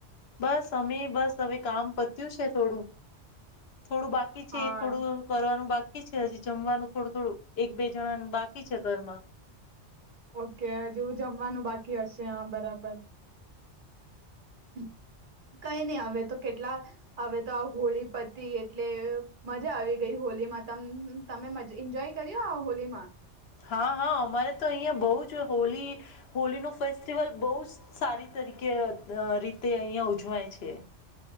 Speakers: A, on the left; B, on the right.
A: બસ અમે બસ હવે કામ પત્યું છે. થોડું. થોડું બાકી છે
B: હા
A: એ થોડું કરવાનું બાકી બાકી છે હજી, જમવાનું થોડું થોડું એક બે જણાનું બાકી છે, ઘરમાં.
B: ઓકે હજુ જમવાનું બાકી હશે! આ બરાબર. <inaudible> કઈ નઈ હવે તો કેટલા હવે તો આ હોળી પતી એટલે મજા આવી ગઈ હોળીમાં ત તમે મજ હએન્જોય કર્યો આ હોલીમાં?
A: હા હા! અમારે તો અહીં બહુ જ હોલી હોલીનો ફેસ્ટિવલ બહુ જ સારી તરીકે રીતે અહિયાં ઉજવાય છે.